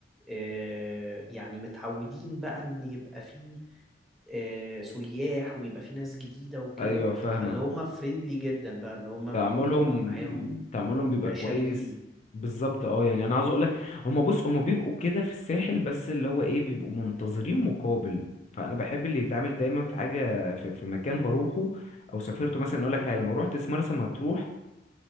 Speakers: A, in the centre; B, on the left (about 35°).
A: آه، يعني متعودين بقى ان يبقى فيه آه، سياح ويبقى فيه ناس جديدة وكده
B: ايوه فاهمك
A: فاللي هم فريندلي جدا بقى اللي هم
B: تعاملهم
A: بتقعد معاهم
B: تعاملهم بيبقى
A: عشريين
B: كويس بالظبط اه يعني انا عاوز اقولك هما بص هما بيبقوا كده في الساحل بس اللي هو ايه بيبقوا منتظرين مقابل فانا بحب اللي يتعامل دايما في حاجة في, في مكان بروحه او سافرته مثلا اقول لك حاجة لما روحت مرسى مطروح